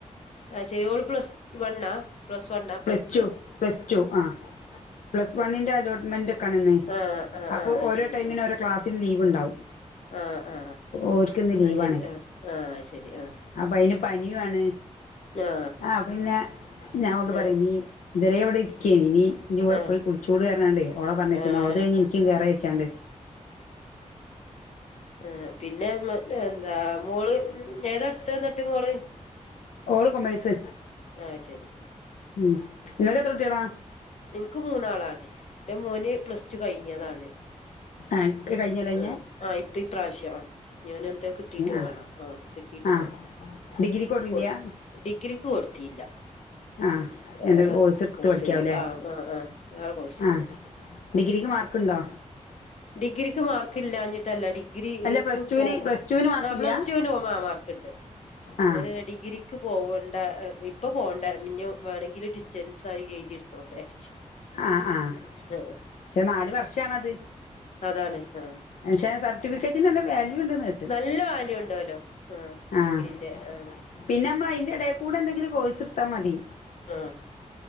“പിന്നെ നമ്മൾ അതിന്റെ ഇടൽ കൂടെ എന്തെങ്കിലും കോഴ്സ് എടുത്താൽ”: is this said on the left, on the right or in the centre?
Left